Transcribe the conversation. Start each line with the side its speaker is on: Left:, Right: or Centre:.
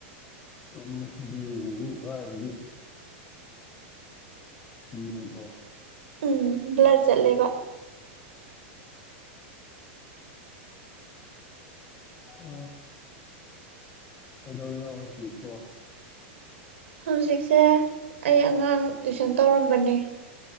Left: ꯀꯃꯦ ꯑꯗꯨꯒꯕꯨ ꯀꯥꯏꯗꯒꯤ ꯁꯤꯤꯔꯣ ꯏꯟꯗ꯭ꯔꯣ
Right: ꯎꯝ ꯕ꯭ꯂꯔ ꯆꯠꯂꯦꯕ
Left: ꯑ ꯀꯗꯅꯣꯖꯤꯄꯣ
Right: ꯍꯧꯖꯤꯛꯁꯦ ꯑꯩ ꯑꯉꯥꯡ ꯇꯨꯏꯁꯟ ꯇꯧꯔꯝꯕꯅꯦ